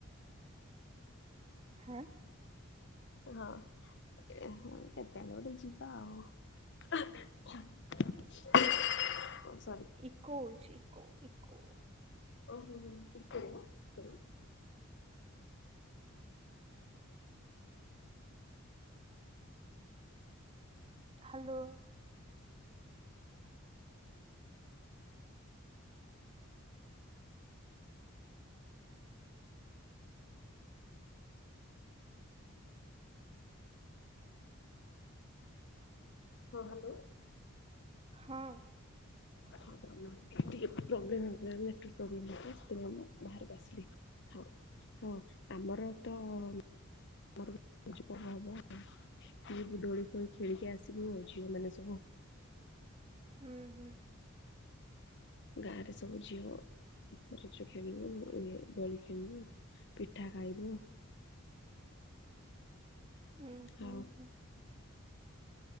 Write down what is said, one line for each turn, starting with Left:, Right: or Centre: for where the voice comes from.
Right: ହାଁ?
Left: ହଁ <unintelligible> କେବେ ଆମେ ଗୋଟେ ଯିବା ଆଉ। <inaudible> ଓ ସରି।
Right: ଇକୋ ହଉଚି ଇକୋ ଇକୋ।
Left: ଓହୋ ହୋ ହୋ ଟିକେ ରୁହ ଟିକେ ରୁହ।
Right: ହାଲୋ।
Left: ହଁ ହାଲୋ।
Right: ହଁ।
Left: ହଁ ହଁ <unintelligible> ପ୍ରୋବ୍ଲେମ୍ ହଉଥିଲା ନେଟୱର୍କ ପ୍ରୋବ୍ଲେମ୍ ହଉଥିଲା ସେଥିପାଇଁ ମୁଁ ବାହାରୁକୁ ଆସିଲି। ହଁ ହଁ ଆମର ତ <inaudible> ପର୍ବ ହବ ଆଉ। <unintelligible> ଦୋଳି ଫୋଳି ଖେଳିକି ଆସିବୁ ଆଉ ଝିଅମାନେ ସବୁ।
Right: ହୁଁ ହୁଁ।
Left: ଗାଁରେ ସବୁ ଝିଅ <unintelligible> ଖେଳିବୁ, ଇଏ ଦୋଳି ଖେଳିବୁ, ପିଠା ଖାଇବୁ।
Right: ହୁଁ ହୁଁ
Left: ହଉ।
Right: ହୁଁ